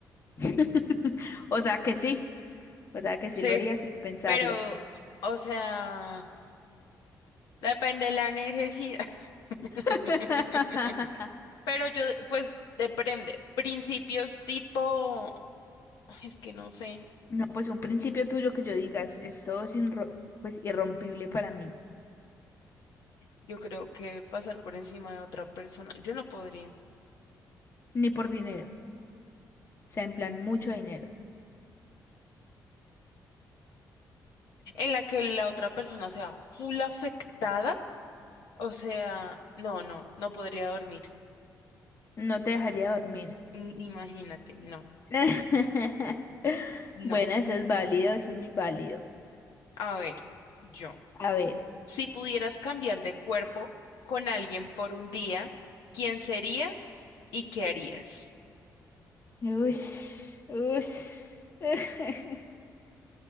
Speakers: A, on the left; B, on the left.
A: <laughs> O sea que sí. O sea, que
B: Sí.
A: sí lo haría sin pensarlo.
B: Pero, o sea, depende de la necesidad. <laughs>
A: <laughs>
B: Pero yo, pues, depende. Principios tipo, Ay, es que no sé.
A: No, pues un principio tuyo que yo digas, esto es inro- pues, irrompible para mí,
B: Yo creo que pasar por encima de otra persona, yo no podría.
A: ni por dinero, o sea, en plan, mucho dinero.
B: En la que la otra persona sea full afectada, o sea, no, no, no podría dormir.
A: No te dejaría dormir.
B: N- Imagínate, no,
A: <laughs>
B: no.
A: Bueno, eso es válido, eso es muy válido.
B: A ver, yo,
A: A ver.
B: si pudieras cambiar de cuerpo con alguien por un día, ¿quién sería ¿Y qué harías?
A: Ush, ush. <laughs>